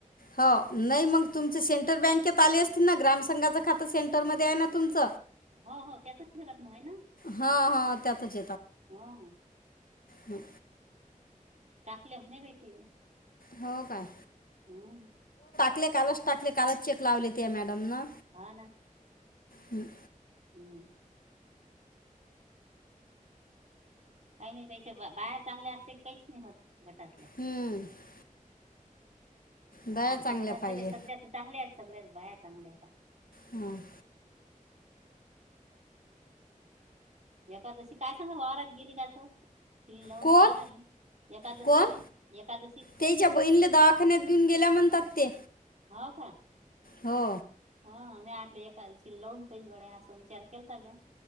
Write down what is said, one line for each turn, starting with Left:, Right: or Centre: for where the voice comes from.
Left: हो नाही मग तुमच्या सेंट्रल बँकेत आले असतील ना ग्रामसंघाच खातं सेंटर मध्ये आहे ना तुमच
Right: हो हो त्याच ठेगात मग आहे ना
Left: हां हां त्यातच
Right: हो <inaudible>
Left: हम
Right: टाकल्या म्ह नाही भहि ते
Left: हो का
Right: हम्म
Left: टाकले कालच टाकले कालच चेक लावले ते मॅडम न
Right: हा ना
Left: हम्
Right: हम्म काही नाही त्याच्या बा बायार चांगल्या असले की काहीच नाही होत घटातले
Left: हम्म दया
Right: आता आमच्या
Left: चांगल्या
Right: गटातले
Left: पाहिजे
Right: बा सध्या तर चांगल्या आहेत सगळ्याच बाया चांगल्या आता
Left: हम.
Right: एखकादशी काय सांगा वावरात गेली का त ति लावून
Left: कोण
Right: पाहा लागेल. एकादशी
Left: कोण
Right: एकादशी
Left: तेच्या बहीणला दवाखान्यात घेऊन गेल्या म्हणतात. ते
Right: हाव का?
Left: हो
Right: ह मी आटले एकादशी लावून पैल गड असा विचार केलता म्या